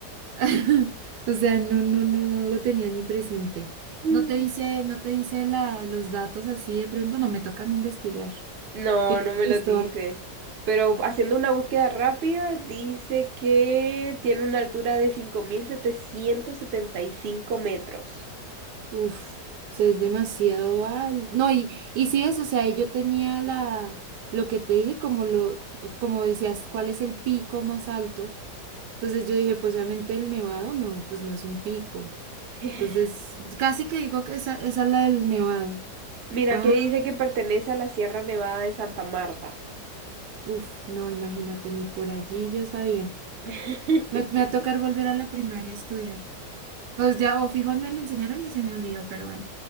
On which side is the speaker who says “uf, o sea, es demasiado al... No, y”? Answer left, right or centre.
Right